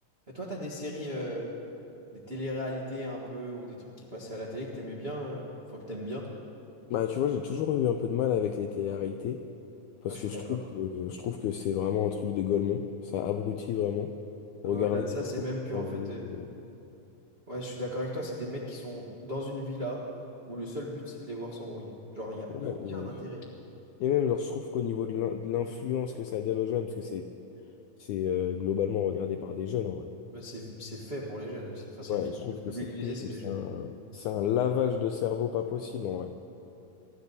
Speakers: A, on the right; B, on the left.
A: Mais toi, t'as des séries, euh, des télé-réalités un peu, ou des trucs qui passaient à la télé que t'aimais bien, euh, enfin que t'aimes bien.
B: Bah, tu vois, j'ai toujours eu un peu de mal avec les télé-réalités parce
A: Ah, je
B: que
A: suis
B: je
A: d'accord.
B: trouve que, je trouve que c'est vraiment un truc de golemont. Ça abrutit vraiment. Regarder
A: Non, mais au-delà de ça,
B: les
A: c'est
B: gens
A: même
B: qui
A: que, en
B: s'embrouillent.
A: fait, euh,
B: euh,
A: ouais, je suis d'accord avec toi, c'est des mecs qui sont dans une villa où le seul but, c'est de les voir s'embrouiller. Genre, il n'y a
B: Ouais,
A: aucun
B: et,
A: intérêt.
B: et même, genre, je trouve qu'au niveau de l'in- de l'influence que ça donne aux jeunes, parce que c'est c'est euh, globalement regardé par des jeunes en vrai.
A: Mais c'est, c'est fait pour les jeunes aussi. Enfin, c'est
B: Ouais,
A: vi-
B: je trouve
A: le public
B: que c'est
A: visé,
B: terrible.
A: c'est les
B: C'est
A: jeunes.
B: un, c'est un lavage de cerveau pas possible en vrai.